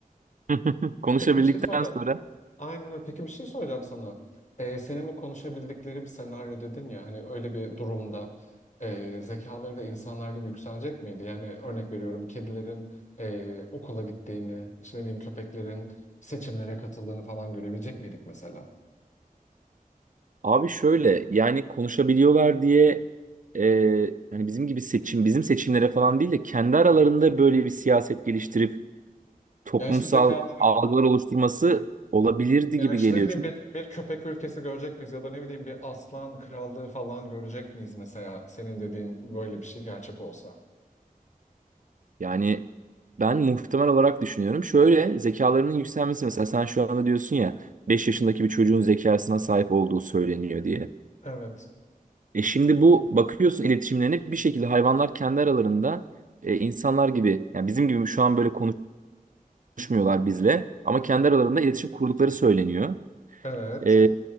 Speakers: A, on the right; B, on the left.
A: <laughs>
B: <laughs>
A: Konuşabildikten
B: Peki bir şey soracağım.
A: sonra
B: Aynen öyle. Peki bir şey soracağım sana. Ee, senin bu konuşabildikleri bir senaryo dedin ya hani öyle bir durumda e, zekaları da insanlar gibi yükselecek miydi? Yani örnek veriyorum kedilerin e, okula gittiğini, işte ne bileyim köpeklerin seçimlere katıldığını falan görebilecek miydik mesela?
A: abi şöyle yani konuşabiliyorlar diye e, hani bizim gibi seçim bizim seçimlere falan değil de kendi aralarında böyle bir siyaset geliştirip toplumsal
B: Yani işte zekaları.
A: algılar oluşturması olabilirdi
B: Yani
A: gibi
B: işte
A: geliyor
B: ne bileyim
A: çünkü.
B: bir, bir köpek ülkesi görecek miyiz ya da ne bileyim bir aslan krallığı falan görecek miyiz mesela senin dediğin böyle bir şey gerçek olsa?
A: Yani ben muhtemel olarak düşünüyorum. Şöyle zekalarının yükselmesi mesela sen şu anda diyorsun ya 5 yaşındaki bir çocuğun zekasına sahip olduğu söyleniyor diye.
B: Evet,
A: E şimdi bu bakıyorsun iletişimlerine bir şekilde hayvanlar kendi aralarında e, insanlar gibi yani bizim gibi şu an böyle konuşmuyorlar bizle ama kendi aralarında iletişim kurdukları söyleniyor.
B: evet.
A: E,